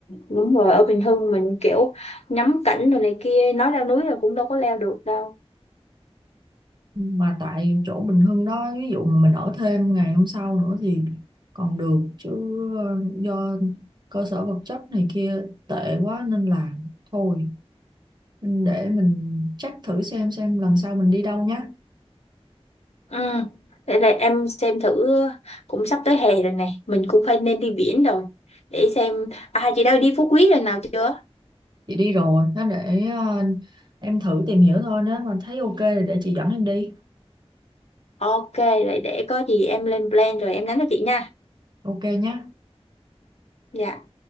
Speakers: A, on the left (about 75°); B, on the right (about 45°).
A: đúng rồi ở Bình Hưng mình kiểu ngắm cảnh rồi này kia nói leo núi là cũng đâu có leo được đâu
B: mà tại chỗ Bình Hưng đó ví dụ mà mình ở thêm ngày hôm sau nữa thì còn được chứ ờ, do cơ sở vật chất này kia tệ quá nên là thôi mình để mình check thử xem xem lần sau mình đi đâu nhé
A: ừ để là em xem thử cũng sắp tới hè rồi nè mình cũng phải nên đi biển rồi để xem à chị đã đi Phú Quý rồi nào chưa
B: chị đi rồi nó để ờ, em thử tìm hiểu thôi nếu mà thấy ok thì để chị dẫn em đi
A: ok vậy để có gì em lên plan rồi em nhắn cho chị nha
B: ok nhé
A: Dạ